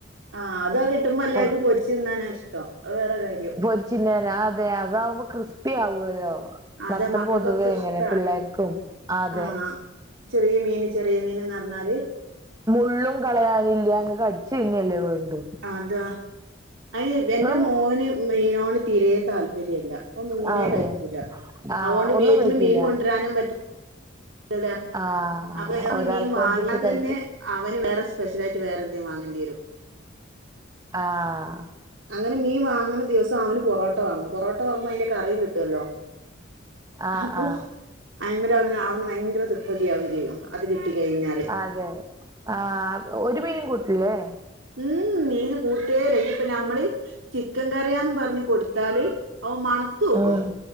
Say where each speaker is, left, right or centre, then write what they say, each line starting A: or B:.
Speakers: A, on the right; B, on the right.
A: ആഹ് അതോ കിട്ടുമ്പോ അല്ലാർക്കും
B: കൊറ
A: പൊരിച്ചു തിന്നാനാ ഇഷ്ടം അത് വേറെ കാര്യം.
B: പൊരിചിന്നേന അതെ അതാവുമ്പോ ക്രി്സ്പി ആവേല്ലോ.
A: അതെ
B: നത്തൽ
A: മക്കൾക്കൊക്കെ
B: പൊതുവേ അങ്ങനെ
A: ഇഷ്ടാ
B: പിള്ളേർക്കും ആത.
A: ആഹ് ചെറിയ മീൻ ചെറിയ മീൻന്ന് പറ്ഞ്ഞാല്.
B: മുള്ളും കളയാനില്ല ങ്ങ് കടിച്ച് തിന്നല്ലേ വേണ്ടു.
A: അതാ അയ്ന് എന്റെ
B: നിങ്ങളും
A: മോന് മീനോട് തീരെ താല്പര്യല്ല. ഓ മീനെ
B: ആ അതെ
A: കഴിക്കൂല
B: ആ
A: അതോണ്ട്
B: ഒന്നും
A: വീട്ടില്
B: കഴിക്കില്ല
A: മീൻ കൊണ്ട്രാനും പറ്റുല.
B: ആ ആ
A: അപ്പൊ
B: ഒരാൾക്ക്
A: മീൻ വാങ്ങ്യാ
B: വേണ്ടിട്ട് കഴിക്കും
A: തന്നെ അവന് വേറെ സ്പെഷ്യലായിട്ട് വേറെ എന്തേം വാങ്ങേണ്ടിരും.
B: ആഹ്.
A: അങ്ങനെ മീ വാങ്ങണ ദിവസം അവന് പൊറോട്ട വാങ്ങും പൊറോ. ട്ടോ ആവുമ്പ അയിന്റെ കറിയും കിട്ടോല്ലോ
B: ആ
A: അപ്പൊ.
B: ആ
A: അയ്മര് അവന് അവന് ഭയങ്കര തൃപ്തിയാകും ചെയ്യും. അത് കിട്ടി കഴിഞ്ഞ.
B: അതെ ആഹ് ഒരു മീനും കൂട്ടില്ലേ?
A: മ് മ് മീന് കൂട്ടേല്ല. ഞ്പ്പ ഞമ്മള് ചിക്കൻ കറിയാന്ന് പറഞ്ഞ് കൊടുത്താല്. അവ മണത്ത് നോക്കും
B: ഉം